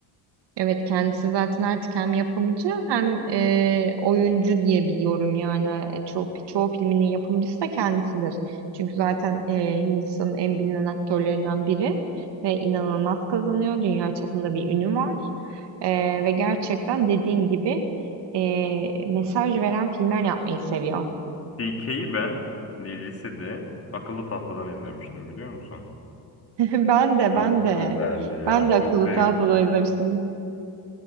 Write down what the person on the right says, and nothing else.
Evet kendisi zaten artık hem yapımcı hem e, oyuncu diye biliyorum yani çok çoğu filminin yapımcısı da kendisidir. Çünkü zaten e, Hindistan'ın en bilinen aktörlerinden biri ve inanılmaz kazanıyor. Dünya çapında bir ünü var. E, ve gerçekten dediğin gibi e, mesaj veren filmler yapmayı seviyor.
<laughs> Ben de
ben de
ben de akıllı
tahtaları izlemiştim.